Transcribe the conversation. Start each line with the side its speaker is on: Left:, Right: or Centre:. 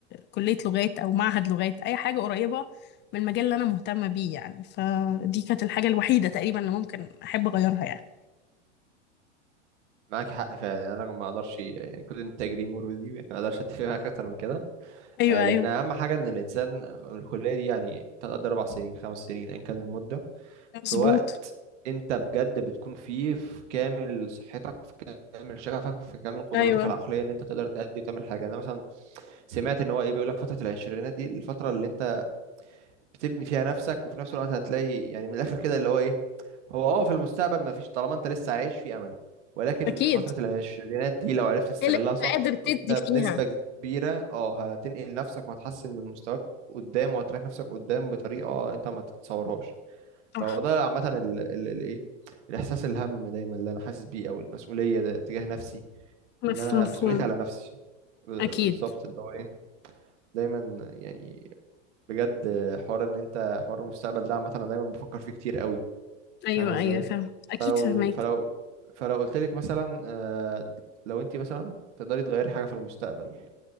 Left: كلية لغات او معهد لغات اي حاجة قريبة من المجال اللي انا مهتمة بيه يعني فدي كانت الحاجة الوحيدة تقريبا اللي ممكن احب اغيرها يعني
Right: معاك حق فعلا يعني انا ما اقدرش يعني كل انتاج ليه مرودي يعني ما اقدرش اتفق معاك اكتر من كده
Left: ايوه
Right: آه، لان
Left: ايوه
Right: اهم حاجه ان الانسان الكليه دي يعني تقدر اربع سنين خمس سنين ان كان المده
Left: مظبوط
Right: في وقت انت بجد بتكون فيه في كامل صحتك في كامل شغفك في كامل قدراتك
Left: ايوه
Right: العقليه ان انت تقدر تأدي وتعمل حاجه انا مثلا سمعت ان هو ايه بيقول لك فتره العشرينات دي الفتره اللي انت بتبني فيها نفسك وفي نفس الوقت هتلاقي يعني من الاخر كده اللي هو ايه هو اه في المستقبل ما فيش طالما انت لسه عايش في امل ولكن
Left: اكيد
Right: فترة العشرينات دي لو عرفت تستغلها
Left: إيه اللي
Right: صح
Left: انت قادر تدي
Right: انت بنسبة
Left: فيها
Right: كبيرة اه هتنقل نفسك وهتحسن من مستواك قدام وهتريح نفسك قدام بطريقة انت ما تتصورهاش فهو
Left: صح
Right: ده عامة ال- ال- ال- ايه الاحساس الهم دايما اللي انا حاسس بيه او المسؤولية ده تجاه نفسي
Left: مف-
Right: ان انا
Left: مفهوم
Right: مسؤوليتي على نفسي ب-
Left: اكيد
Right: بالظبط اللي هو ايه دايما يعني بجد حوار ان انت حوار المستقبل ده عامه انا دايما بفكر فيه كتير قوي
Left: ايوه
Right: فاهمه ازاي
Left: ايوه فاهم
Right: فلو
Left: اكيد فاهمك
Right: فلو فلو قلت لك مثلا آه، لو انت مثلا تقدري تغيري حاجه في المستقبل